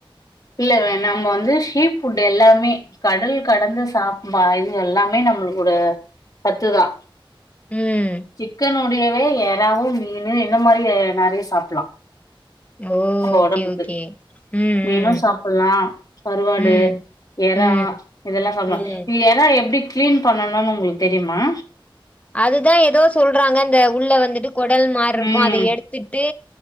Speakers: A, on the left (about 40°); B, on the left (about 15°).
A: இல்ல வே நம்ம வந்து சீ ஃபுட் எல்லாமே கடல் கடந்து சாப்பாய்ல் இது எல்லாமே நம்மளு கூட சத்துதா
B: ம்
A: சிக்கன் உடைய ஏய் எறாவும் மீனு இந்த மாரிய நெறைய சாப்லா
B: ஓ!
A: நம்போ
B: ஓகே
A: ஒடம்புக்கு
B: ஓகே ம்
A: மீனு
B: ம்
A: சாப்லா கருவாடு
B: ம்
A: எறா
B: ம்.
A: இதெல்லா சாப்லா
B: ம்.
A: இது எறா எப்டி கிளீன் பண்ணணுனு உங்களுக்கு தெரியுமா
B: அதுதா ஏதோ சொல்றாங்க இந்த உள்ள வந்துட்டு கொடல் மார்ரிருக்கு
A: ம்
B: அத எடுத்துட்டு